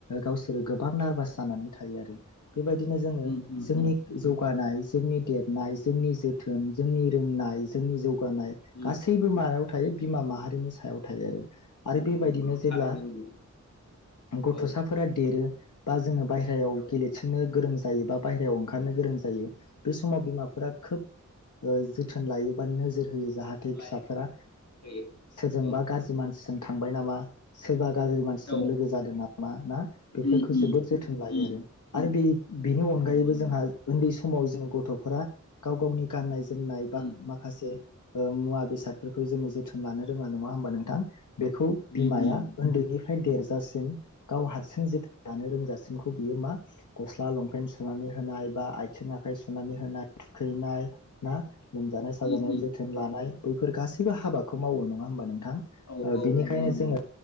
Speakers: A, on the left; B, on the left.
A: गावसोरो गोबां नारभास जानानै थायो आरो बेबायदिनो जोङो
B: उम उम
A: जोंनि
B: उम
A: जौगानाय जोंनि देरनाय जोंनि जोथोन जोंनि रोंनाय जोंनि जौगानाय
B: उम
A: गासैबो मायाव थायो बिमा माहारिनि सायाव थायो आरो आरो
B: नंगौ
A: बेबायदिनो
B: नंगौ
A: जेब्ला
B: थारैनो नंगौ
A: गथ'साफोरा
B: औ
A: देरो बा जोङो बाहेरायाव
B: औ
A: गेलेथिंनो गोरों जा जायो दा बायहेरायाव ओंखारनो
B: औ
A: गोरों जायो बे समाव बिमाफोरा खोब ओ जो थोन लायोबा
B: औ
A: नोजोर होयो जाहाथे
B: लायो
A: फिसाफोरा
B: होयो
A: सोरजोंबा
B: औ
A: गाज्रि मानसिजों थांबाय नामा सोरबा गाज्रि मानसिजों
B: औ
A: लोगो जादों नामा ना बेफोरखौ
B: उम उम
A: जोबोद जोथोन लायो
B: उम
A: आरो। आरो बे बेनि अनगायैबो
B: नंगौ नंगौ
A: जोंहा उन्दै सम समाव जोङो गथ'फोरा गाव गावनि गाननाय जो जोमनाय बा
B: उम
A: माखासे ओ मुवा बेसादफोरखौ जोङो जोथोन लानो रोङा नङा होमबा नोंथां? बेखौ
B: उम
A: बिमाया
B: उम
A: उन्दैनि फ्राय देरजासिम गाव हारसिं जोथोन लानो रोंजासिमखौ बियो मा गस्ला लंपेन सुनानै होनाय बा आथिं आखाइ सुनानै होनाय थुखैनाय ना लोमजानाय साजानायाव
B: उम उम
A: जोथोन लानाय। बैफोर गासैबो हाबाखौ मावो नङा होमबा नोंथां
B: औ
A: ओ
B: औ
A: बिनिखायनो
B: नंगौ नंगौ
A: जोंङो